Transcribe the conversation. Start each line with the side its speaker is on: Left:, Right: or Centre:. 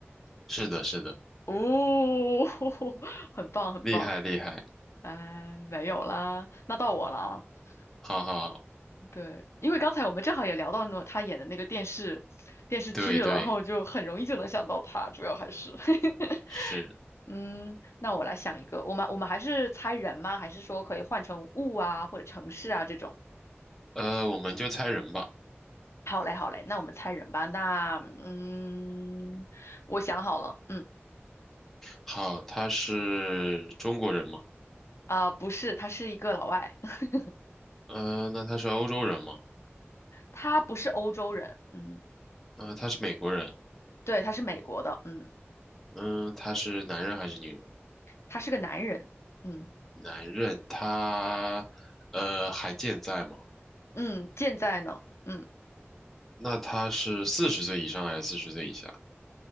Centre: 是的是的，
Left: 哦，<laughs> 很棒很棒，
Centre: 厉害厉害，
Left: 哎，没有啦，那到我了啊，
Centre: 好好好，
Left: 对，因为刚才我们正好也聊到那她演的那个电视电视剧了，
Centre: 对对
Left: 然后我就很容易就能想到她，主要还是。<laughs>
Centre: 是，
Left: 嗯，那我来想一个，我们我们还是猜人吗？还是说可以换成物啊，或者城市啊这种？
Centre: 呃，我们就猜人吧，
Left: 好嘞，好嘞，那我们猜人吧。那嗯，我想好了，嗯，
Centre: 好，他是中国人吗？
Left: 啊、不是，他是一个老外，<laughs>
Centre: 呃，那他是欧洲人吗？
Left: 他不是欧洲人，嗯，
Centre: 啊、他是美国人，
Left: 对，他是美国的，嗯，
Centre: 嗯，他是男人还是女人？
Left: 他是个男人，嗯
Centre: 男人，他呃还健在吗？
Left: 嗯，健在呢，嗯，
Centre: 那他是四十岁以上还是四十岁以下？